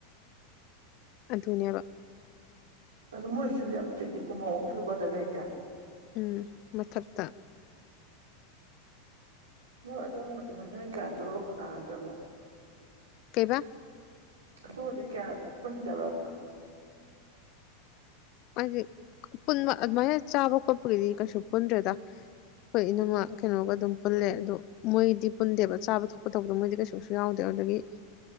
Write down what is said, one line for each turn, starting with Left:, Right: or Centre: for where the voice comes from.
Left: ꯑꯗꯨꯨꯅꯦꯕ
Right: ꯑ ꯃꯣꯏꯁꯤꯁꯨ ꯌꯥꯝ ꯆꯤꯜꯂꯤ ꯀꯨꯝꯃꯧ ꯑꯍꯨꯝꯗꯨꯒꯗ ꯂꯩꯁꯦ
Left: ꯎꯝ ꯃꯊꯛꯇ
Right: ꯃꯣꯏ ꯑꯗꯨꯗꯣꯝꯒꯗꯤꯃ ꯅꯣꯏ ꯀꯌꯥ ꯇꯔꯒ ꯈꯣꯟꯗꯥꯅꯗꯕ꯭ꯔꯣ
Left: ꯀꯩꯕꯥ
Right: ꯑꯗꯨꯕꯨꯗꯤ ꯀꯌꯥ ꯄꯨꯟꯗ꯭ꯔꯅꯣ <inaudible>
Left: ꯍꯥꯏꯗꯤ ꯄꯨꯟꯕ ꯑꯗꯨꯃꯥꯏꯅ ꯆꯥꯕ ꯈꯣꯠꯄꯒꯤꯗꯤ ꯀꯩꯁꯨ ꯄꯨꯟꯗ꯭ꯔꯦꯗ ꯍꯣꯏ ꯏꯅꯃ ꯀꯩꯅꯣꯒ ꯑꯗꯨꯝ ꯄꯨꯜꯂꯦ ꯑꯗꯣ ꯃꯣꯏꯗꯤ ꯄꯨꯟꯗꯦꯕ ꯆꯥꯕ ꯊꯣꯛꯄ ꯇꯧꯕꯗꯣ ꯃꯣꯏꯗꯤ ꯀꯩꯁꯨ ꯌꯥꯎꯗꯦ ꯑꯗꯒꯤ